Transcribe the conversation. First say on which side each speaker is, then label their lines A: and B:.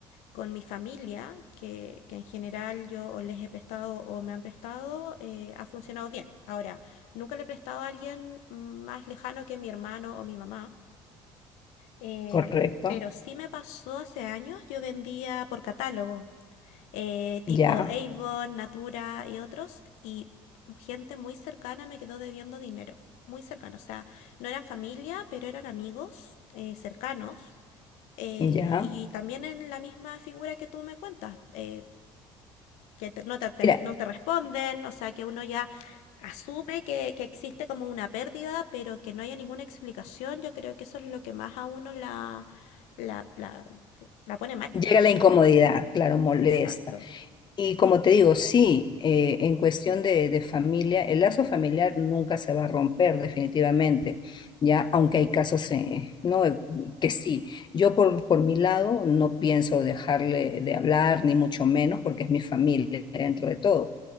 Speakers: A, on the left; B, on the left.
A: con mi familia, que, que en general yo o les he prestado o me han prestado, eh, ha funcionado bien. Ahora, nunca le he prestado a alguien más lejano que mi hermano o mi mamá, eh,
B: Correcto,
A: pero sí me pasó hace años, yo vendía por catálogo, eh, tipo
B: ya,
A: Avon, Natura y otros, y gente muy cercana me quedó debiendo dinero, muy cercana, o sea, no eran familia, pero eran amigos eh, cercanos eh,
B: ya.
A: y también en la misma figura que tú me cuentas, eh, que te- no te, ter-
B: Mira,
A: no te responden, o sea, que uno ya asume que, que existe como una pérdida, pero que no haya ninguna explicación, yo creo que eso es lo que más a uno la, la, la, la pone mal.
B: Llega la incomodidad, claro, molesta.
A: Exacto.
B: Y como te digo, sí, eh, en cuestión de, de familia, el lazo familiar nunca se va a romper definitivamente, ya, aunque hay casos eh, no, que sí. Yo por, por mi lado no pienso dejarle de hablar, ni mucho menos, porque es mi familia dentro de todo